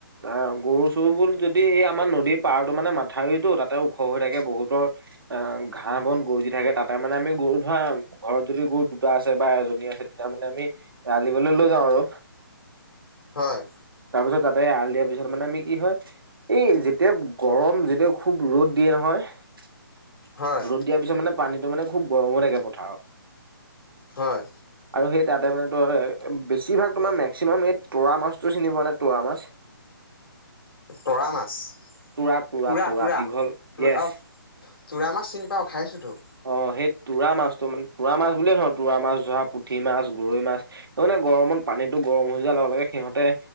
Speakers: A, on the right (about 75°); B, on the left (about 75°).
A: অ' গৰু চৰুবোৰ যদি এই আমাৰ নদীৰ পাৰতো মানে মাথাউৰিতো তাতে ওখ হৈ থাকে, বহুতৰ অ, ঘাঁহ বন গৰু যি থাকে তাতে মানে আমি গৰু ধোৱাঁম। ঘৰত যদি গৰু দুটা আছে বা এজনী আছে। তেতিয়া মানে আমি এৰাল দিবলৈ লৈ যাওঁ আৰু।
B: হয়
A: তাৰপিছত তাতে এৰাল দিয়াৰ পিছত মানে আমি কি হয়? এই যেতিয়া গৰম যেতিয়া খুব ৰ'দ দিয়ে নহয় ৰ'দ,
B: হয়
A: দিয়াৰ পিছত মানে পানীতো মানে খুব গৰম হৈ থাকে পথাৰত।
B: হয়।
A: আৰু সেই তাতে মানে ত বেছিভাগ তোমাৰ মেক্সিমাম এই তুৰা মাছটো চিনি পোৱানে তুৰা মাছ।
B: টোৰা মাছ।
A: তুৰা-তুৰা-তুৰা
B: তোৰা তোৰা
A: দীঘল য়েছ।
B: অ তোৰা মাছ চিনি পা খাইছুতো
A: অ, সেই টোৰা মাছটো মানে টোৰা মাছ বুলিয়ে নহয় টোৰা মাছ ধৰা, পুঠি মাছ, গৰৈ মাছ। সেই মানে গৰমত পানীতটো গৰম হৈ যোৱাৰ লগে-লগে সিহঁতে